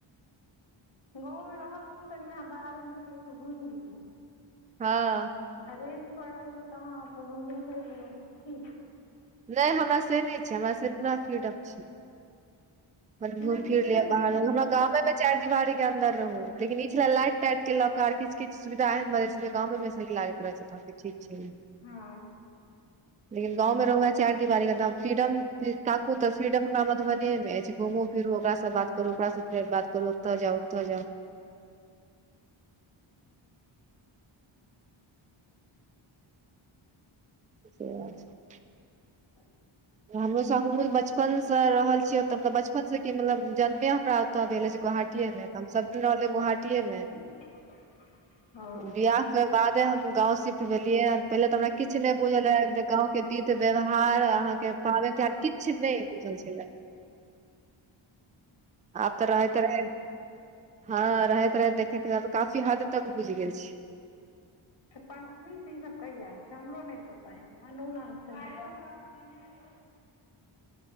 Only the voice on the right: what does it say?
हँ।
नय हमरा से नय छै हमरा से पूरा फ्रीडप छै। अप्पन घूइम
फिइर
लिय बाह्ऱमें।
हमरा गामे में चाइर दिवारी के अन्दर रहु। लेकिन ई छले लाइट- ताइट के लऽ क आ किछ- किछ सुविधा एहन भ जाय छै जे गांमे मे नीक लागैत रहै छै तहन त ठीक छै।
लेकिन गाँवमे रहुए चाइर दिवारी के अंदर। फ्रीडम ताकू तऽ फ्रीडम हमरा मधुबनीयेंं मे अइछ। घुमू फिरू ओकरासँ बात करू ओकरासँ फेर बात करू ओतऽ जाउ ओतऽ जाउ। से बात छै।
हमरोसभ हमहूँ बचपनसँ रहल छियै तऽ मतलब बचपनसँ कि मतलब जन्मे हमरा त देले छै गुहाटीए मे तऽ हम सब दिन रहलियै गुहाटीए मे।
बिआह के बादे हम गाँव सिफ्ट भेलियैयैन। पहिले ते हमरा किछ नय बुझल रहेऽ गांव के विध- व्यवहार पावैन -तिहाड किछ्छ नय बुझल छलै। आब तऽ रहैत रहैत। हँ रहैत -रहैत देखैत काफी हद तक बुइझ गेल छी।